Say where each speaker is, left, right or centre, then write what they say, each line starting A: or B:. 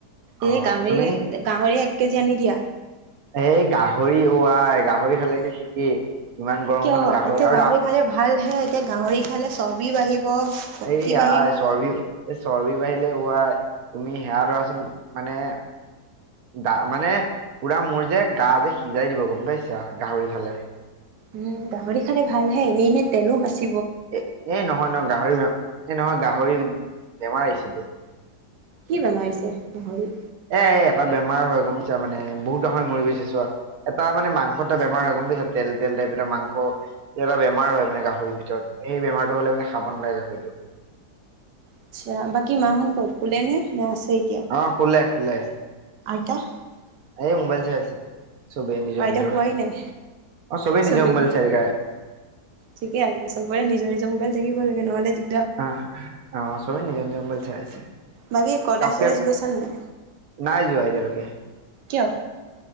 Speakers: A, on the right (about 65°); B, on the right (about 90°).
A: অ
B: এ, গাহৰি-গাহৰি
A: তুমি
B: এক কেজি আনি দিয়া।
A: এই গাহৰি ওৱাই গাহৰি খালে। <unintelligible> গৰমখনত
B: কিয় এতিয়া
A: আৰু
B: গাহৰি খালে ভালহে এতিয়া গাহৰি খালে চৰ্বি বাঢ়িব। শক্তি
A: এইয়া
B: বাঢ়িব।
A: চৰ্বি-চৰ্বি বাহি এ, ৱাই তুমি সেয়া ধৰাচোন মানে দা মানে পুৰা মোৰ যে গা যে সিজাই দিব গম পাইছা গাহৰি খালে।
B: উম, গাহৰি খালে ভালহে এনেই-এনেই তেলো বাচে।
A: এ এ নহয় নহয় গাহৰিে এ নহয় গাহৰি বেমাৰ আহিছেতো।
B: কি বেমাৰছে গাহৰি?
A: এ এটা বেমাৰ হৈ গমছা মানে বহুত ডাঙৰ মৰি গৈছে চোৱা এটা মানে মাংস এটা বেমাৰ হৈ গম। গম পাইছ তেল তেল টাইপ এটা মাংস এটা বেমাৰ হয় মানে গাহৰিৰ ভিতৰত সেই বেমাৰটো হলে মানে খাব নালাগে। হয়টো।
B: আচ্ছা বাকী মা হত কত শুলে‌ নে আছে? এতিয়া
A: অ‌ শুলে শুলে।
B: <unintelligible>
A: এই মোবাইল চাই আছে। চবেই নিজৰ
B: অ এতিয়া
A: নিজৰ
B: শুৱাই নাই
A: অ
B: চবেই।
A: নিজৰ মোবাইল চাই থাকে
B: ঠিকে আছে চবৰে নিজৰ-নিজৰ মোবাইল থাকিব লাগে নহলে দিগ
A: অ', অ', চবেই নিজৰ- নিজৰ মোবাইল চাই আছে।
B: বাকী কলেজ
A: <unintelligible>
B: চলেজ গৈছা নে নাই
A: নাই যোৱা এতিয়ালৈকে।
B: কিয়